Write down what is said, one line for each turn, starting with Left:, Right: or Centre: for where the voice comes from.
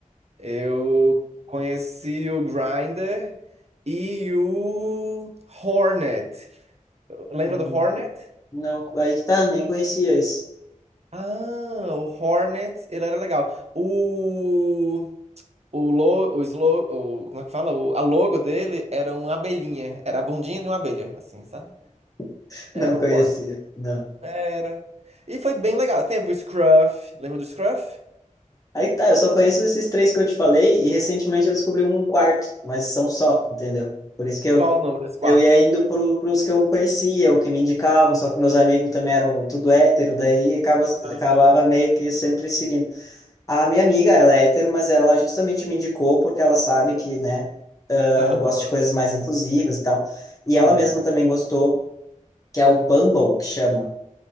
Right: Eu conheci o Grindr e o Hornet. Lembra
Left: Hum,
Right: do Hornet?
Left: Não, aí que tá, nem conhecia esse.
Right: Ah, o Hornet, ele era legal. O o lo, o, slo, o como é que fala? O, a logo dele era uma abelhinha, era a bundinha de uma abelha, assim, sabe?
Left: <laughs>
Right: Era
Left: Não conhecia,
Right: o Hornet.
Left: não.
Right: Era. E foi bem legal. Teve o Scruff. Lembra do Scruff?
Left: Aí que tá, eu só conheço esses três que eu te falei e recentemente eu descobri um quarto, mas são só, entendeu? Por isso que eu,
Right: Qual o nome desse quarto?
Left: eu ia indo pro, pros que eu conhecia, o que me indicavam, só que meus amigos também eram tudo hétero, daí acaba,
Right: Aham.
Left: acabava meio que sempre seguindo. A minha amiga, ela é hétero, mas ela justamente me indicou porque ela sabe que, né,
Right: Aham.
Left: eu gosto de coisas mais inclusivas e tal. E ela
Right: Sim.
Left: mesma também gostou, que é o Bumble, que chama.